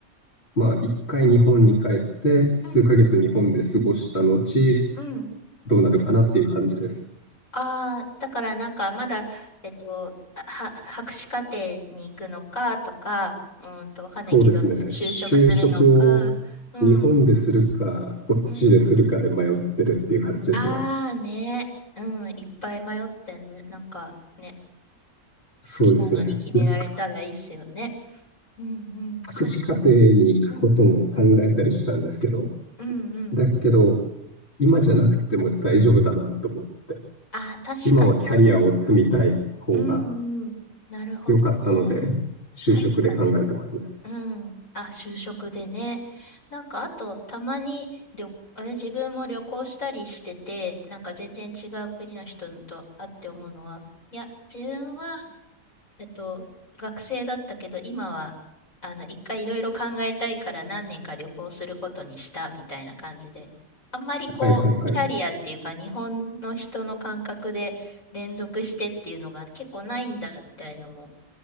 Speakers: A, on the left (about 45°); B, on the left (about 65°).
A: まあ、一回日本に帰って、数ヶ月日本で過ごした後、
B: うん、うん。
A: どうなるかなっていう感じです。
B: ああー、だからなんかまだ、えっと、あは、博士課程に行くのかとか、うーんと、わかんないけど、
A: そうですね。
B: 就職するのか、
A: 就職を
B: うん、
A: 日本でするか、こっちでするかで迷ってるっていう形ですね。
B: うん。ああね、うん、いっぱい迷ってね、なんかね、
A: そうですね。
B: 好きなのに決められたらいいっすよね。
A: な
B: うんう
A: 博士課程に行くことも考えたりしたんですけど、
B: ん。そっか、そっか。うんうんうん。
A: だけど、今じゃなくても大丈夫だなと思って。
B: ああ、確かに。
A: 今はキャリアを積みたい方が
B: うんうん。なるほどね。
A: 強かったので、就職で考えてますね。
B: 確かに。うん。あ、就職でね。なんか、あと、たまに旅、あれ自分も旅行したりしてて、なんか全然違う国の人と会って思うのは、いや、自分はえっと、学生だったけど、今は、あの、一回いろいろ考えたいから何年か旅行することにしたみたいな感じで、あんまりこう、
A: はいはいはい。
B: キャリアっていうか、日本の人の感覚で連続してっていうのが結構ないんだみたいのも